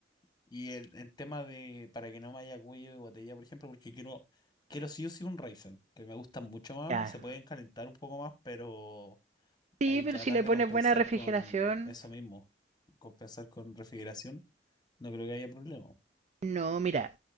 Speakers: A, on the left; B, on the right.
A: Y el, el tema de para que no me haya cuello de botella, por ejemplo, porque quiero, quiero sí o sí un Ryzen, que me gustan mucho más,
B: Ya.
A: se pueden calentar un poco más, pero
B: Sí,
A: ahí
B: pero
A: tratar
B: si le
A: de
B: pones
A: compensar
B: buena refrigeración,
A: con eso mismo, compensar con refrigeración, no creo que haya problema.
B: no, mira,